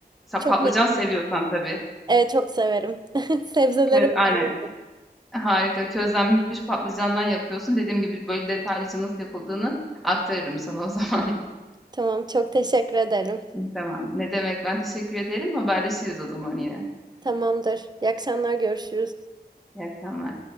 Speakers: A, in the centre; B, on the right (about 25°).
A: mesela
B: Çok
A: patlıcan
B: merak-
A: seviyorsan tabii.
B: Evet çok severim. <laughs> Sebzelere
A: Kö Aynen
B: bayılırım.
A: harika közlenmiş patlıcandan yapıyorsun. Dediğim gibi böyle detaylıca nasıl yapıldığını aktarırım sana o zaman.
B: Tamam çok teşekkür ederim.
A: tamam. Ne demek, ben teşekkür ederim. Haberleşiriz o zaman yine.
B: Tamamdır. İyi akşamlar görüşürüz.
A: İyi akşamlar.